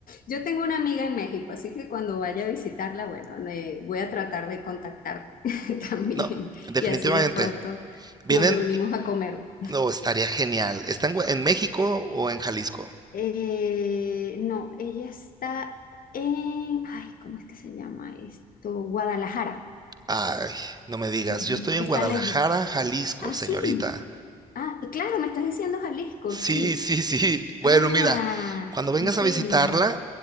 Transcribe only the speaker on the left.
yo tengo una amiga en México, así que cuando vaya a visitarla, bueno, le- voy a tratar de contactarte <laughs> también
y así de pronto
nos reunimos a comer.
Eh, no, ella está en, ay, ¿cómo es que se llama esto? Guadalajara.
Ujú.
Está
lejos.
Ah,
sí. Ah, claro, me estás diciendo Jalisco,
sí.
Ah,
en serio.